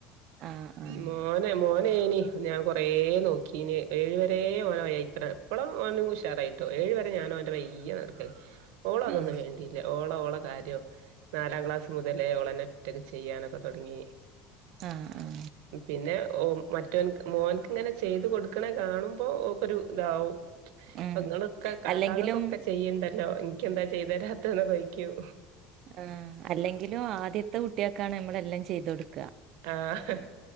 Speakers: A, on the right; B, on the right.
A: ആഹ് ആഹ്
B: മോനെ മോൻ ഏനി ഞാൻ കൊറേ നോക്കിന്യേ ഏഴ് വരെ ഓന് ഓയത്ത്രേ പ്പളും ഓന് ഉഷാറായിട്ടോ ഏഴ് വരെ ഞാന് ഓന്റെ വയ്യെ നടക്ക ഓളതൊന്നും
A: ആഹ്
B: വേണ്ടില്ല ഓള ഓള കാര്യം നാലാം ക്ലാസ് മുതലേ ഓളന്നെ ഒറ്റക്ക് ചെയ്യാനൊക്കെ തുടങ്ങി
A: ആഹ് ആഹ്
B: പിന്നെ ഓ മറ്റൊന്ക്ക് മോൻക്ക് ഇങ്ങനെ ചെയ്ത് കൊടുക്കണേ കാണുമ്പോ ഓക്കൊരു ഇതാവും
A: ഉം
B: ഇപ്പൊ ങ്ങളൊക്കെ കാക്കാക്കൊക്കെ
A: അല്ലെങ്കിലും
B: ചെയ്യ്ണ്ടല്ലോ നിക്യെന്താ ചെയ്തരാത്തെന്നൊക്കെ ചോയ്ക്യും
A: ആഹ് അല്ലെങ്കിലും ആദ്യത്തെ കുട്ടിയക്കാണ് നമ്മള് എല്ലാം ചെയ്ത കൊടക്കാ
B: ആഹ്